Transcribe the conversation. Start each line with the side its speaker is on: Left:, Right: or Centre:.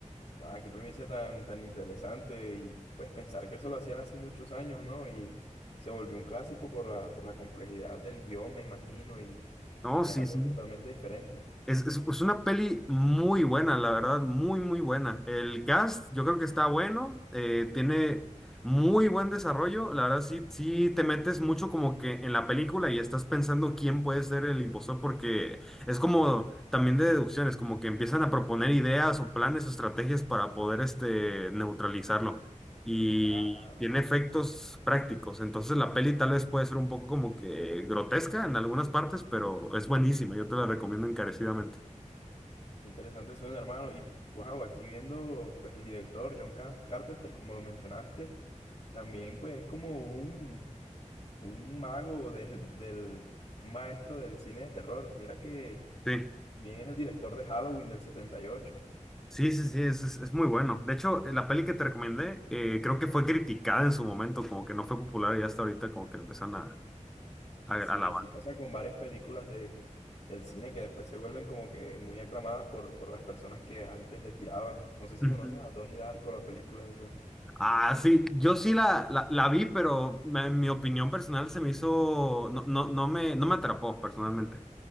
Left: ah, qué premisa tan, tan interesante. Y pues pensar que eso lo hacían hace muchos años, ¿no? Y se volvió un clásico por la, por la complejidad del guión, me imagino, y,
Centre: No,
Left: y que
Centre: sí,
Left: es algo
Centre: sí.
Left: totalmente diferente.
Centre: Es, es, es una peli muy buena, la verdad, muy, muy buena. El cast, yo creo que está bueno, eh, tiene muy buen desarrollo. La verdad, sí, sí te metes mucho como que en la película y estás pensando quién puede ser el impostor, porque es como también de deducciones, como que empiezan a proponer ideas o planes o estrategias para poder este, neutralizarlo y
Left: Ah.
Centre: tiene efectos prácticos. Entonces la peli tal vez puede ser un poco como que grotesca en algunas partes, pero es buenísima. Yo te la recomiendo encarecidamente.
Left: Interesante suena, hermano. Y wow, aquí viendo pues el director John Car- Carpenter, como lo mencionaste, también pues es como un, un mago del, del, un maestro del cine de terror. Mira que
Centre: Sí.
Left: también es el director de Halloween del setenta y ocho
Centre: Sí, sí, sí, es, es- es muy bueno. De hecho, la peli que te recomendé, eh, creo que fue criticada en su momento, como que no fue popular y hasta ahorita como que la empezaron a, a a
Left: Sí,
Centre: alabar.
Left: así pasa con varias películas de, del cine que después se vuelven como que muy aclamadas por, por las personas que antes le tiraban. No sé si
Centre: Ujú.
Left: conoces a Donnie Darko, la película esa.
Centre: Ah, sí, yo sí la, la, la vi, pero me- en mi opinión personal se me hizo, no, no, no me, no me atrapó personalmente.